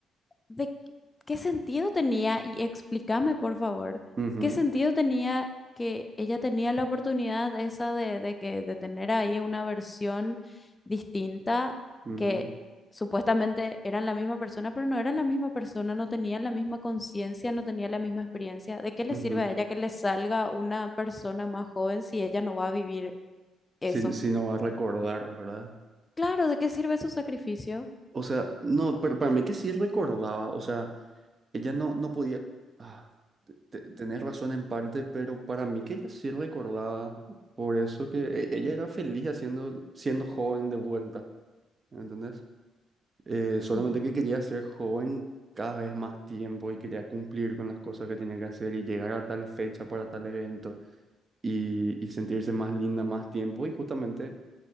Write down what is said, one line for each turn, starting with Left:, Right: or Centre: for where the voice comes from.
Left: ¿De qué qué sentido tenía? Y explícame, por favor,
Right: Ujú,
Left: ¿qué sentido tenía que ella tenía la oportunidad esa de, de que, de tener ahí una versión distinta
Right: ujú,
Left: que supuestamente eran la misma persona, pero no eran la misma persona, no tenían la misma conciencia, no tenían la misma experiencia? ¿De qué le
Right: ujú.
Left: sirve a ella que le salga una persona más joven si ella no va a vivir eso?
Right: Si, si no va a recordar, ¿verdad?
Left: Claro, ¿de qué sirve su sacrificio?
Right: O sea, no, pero para mí que sí recordaba, o sea, ella no, no podía, ah, te- te- tenés razón en parte, pero para mí que ella sí recordaba, por eso que e- ella era feliz haciendo, siendo joven de vuelta, ¿entendés? Eh, solamente
Left: Mm.
Right: que quería ser joven cada vez más tiempo y quería cumplir con las cosas que tenía que hacer y llegar a tal fecha para tal evento y, y sentirse más linda más tiempo y justamente...